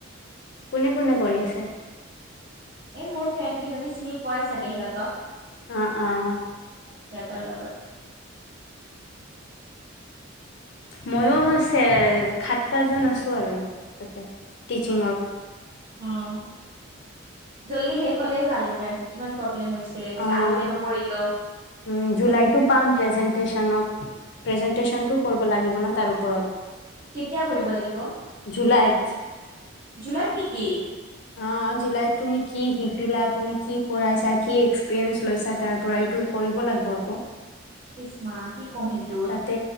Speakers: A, on the left; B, on the right.
A: কোন কোনে কৰি আছে?
B: এ মোৰ ফ্ৰেন কেইজনী চিনি পোৱাই চাগে সিহঁতক।
A: অহ - অহ।
B: সিহতৰ লগত।
A: ময়ো ছে খাট্টাাজ আছো আৰু। ত টিচিংত।
B: অহ ', জল্দি শেষ হলেই ভাল এন্তান কিমান প্ৰব্লেম হৈছে
A: অহ
B: আগতে নকৰিলো
A: ', উম, জুলাইতো পাম প্ৰেজেন্টেচনত। প্ৰেজেন্টেশ্যনটো কৰিব লাগিব ন তাৰ ওপৰত।
B: কেতিয়া কৰিব লাগিব,
A: জুলাইত
B: জুলাইত নেকি?
A: অ' জুলাইত তুমি কি শিকিলা, তুমি কি কৰাইছা কি এক্সপিৰিয়েঞ্চ লৈছা তাৰ পৰা এইটো কৰিব লাগিব আকৌ।
B: ইচ্মা কি ক'ম সেইটোত।
A: তাতে